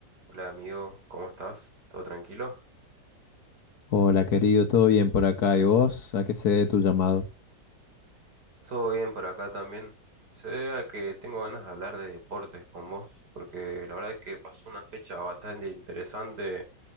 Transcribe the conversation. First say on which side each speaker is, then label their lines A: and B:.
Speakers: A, on the right (about 65°); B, on the left (about 60°).
A: Hola amigo, ¿cómo estás? ¿Todo tranquilo?
B: Hola, querido, ¿todo bien por acá? ¿Y vos? ¿A qué se debe tu llamado?
A: Todo bien por acá también. Se debe a que tengo ganas de hablar de deportes con vos, porque la verdad es que pasó una fecha bastante interesante